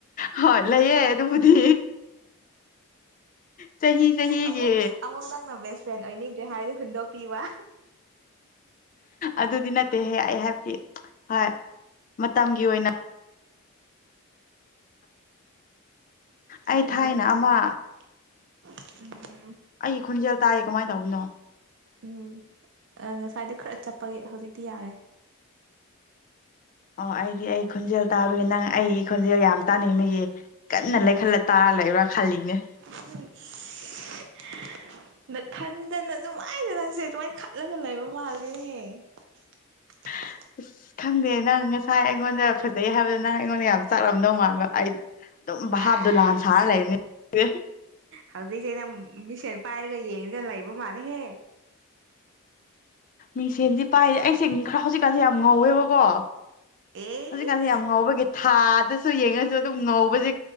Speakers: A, on the left; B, on the right.
A: ꯍꯣꯢ ꯂꯩꯌꯦ ꯑꯗꯨꯕꯨꯗꯤ ꯆꯍꯤ ꯆꯍꯤꯒꯤ
B: ꯑꯃꯨꯛ ꯑꯃꯨꯛ ꯅꯪꯅ ꯕꯦꯁ ꯐ꯭ꯔꯦꯟ ꯑꯣꯏꯅꯤ ꯀꯦ ꯍꯥꯏꯗꯤ ꯍꯨꯟꯗꯣꯛꯄꯤꯕ
A: ꯑꯗꯨꯗꯤ ꯅꯠꯇꯦꯍꯦ ꯑꯩ ꯍꯥꯏꯕꯗꯤ ꯍꯣꯏ ꯃꯇꯝꯒꯤ ꯑꯣꯏꯅ ꯑꯩ
B: ꯀꯩꯅꯣ
A: ꯊꯥꯏꯅ
B: ꯅꯪꯁꯦ
A: ꯑꯃ
B: <unintelligible>
A: ꯑꯩꯒꯤ ꯈꯣꯟꯖꯦꯜ ꯇꯥꯌꯦ ꯀꯃꯥꯏꯅ ꯇꯧꯕꯅꯣ
B: ꯎꯝ ꯉꯁꯥꯏꯗꯣ ꯈꯔ ꯆꯠꯄꯒꯤ ꯍꯧꯖꯤꯛꯇꯤ ꯌꯥꯔꯦ
A: ꯑꯣ ꯑꯩꯗꯤ ꯑꯩ ꯈꯣꯟꯖꯦꯜ ꯇꯥꯕꯒꯤ ꯅꯪ ꯑꯩꯒꯤ ꯈꯣꯟꯖꯦꯜ ꯌꯥꯝ ꯇꯥꯅꯤꯡꯕꯒꯤ ꯀꯟꯅ ꯂꯩꯈꯠꯂ ꯇꯥꯔ ꯂꯩꯕ꯭ꯔꯥ ꯈꯜꯂꯤꯅꯦ
B: <unintelligible> ꯅ ꯊꯟꯗꯅ ꯅꯨꯡꯉꯥꯏꯅ ꯅꯪꯁꯦ ꯑꯗꯨꯃꯥꯏꯅ ꯈꯠꯂꯒ ꯂꯩꯕ ꯃꯥꯜꯂꯦꯍꯦ <inaudible>
A: <inaudible> ꯑꯁ ꯈꯪꯗꯦ ꯅꯪ ꯉꯁꯥꯏ ꯑꯩꯉꯣꯟꯗ ꯐꯖꯩ ꯍꯥꯏꯕꯗꯣ ꯅꯪ ꯑꯩꯉꯣꯟꯗ ꯌꯥꯝ ꯆꯥꯛꯂꯝꯝꯗꯧ ꯃꯥꯟꯕ ꯑꯩ ꯑꯗꯨꯝ ꯚꯥꯞ
B: ꯑꯁ
A: ꯗꯣꯂꯥꯟ ꯁꯥꯔꯒ ꯂꯩꯔꯝꯅꯤ
B: ꯍꯧꯖꯤꯛꯁꯦ ꯅꯪ ꯃꯤꯁꯟ ꯄꯥꯏꯔꯒ ꯌꯦꯡꯅꯒ ꯂꯩꯕ ꯃꯥꯜꯂꯦꯍꯦ
A: ꯃꯤꯡꯁꯦꯟꯗꯤ ꯄꯥꯏꯔꯤ ꯑꯩꯁꯦ ꯈꯔ ꯍꯧꯖꯤꯛꯀꯥꯟꯁꯦ ꯌꯥꯝ ꯉꯧꯋꯦꯕꯀꯣ
B: ꯑꯦꯁ
A: ꯍꯧꯖꯤꯛ ꯀꯥꯟꯁꯤ ꯌꯥꯝ ꯉꯧꯕꯒꯤ ꯊꯥꯗꯁꯨ ꯌꯦꯡꯉꯁꯨ ꯑꯗꯨꯝ ꯉꯧꯕꯁꯦ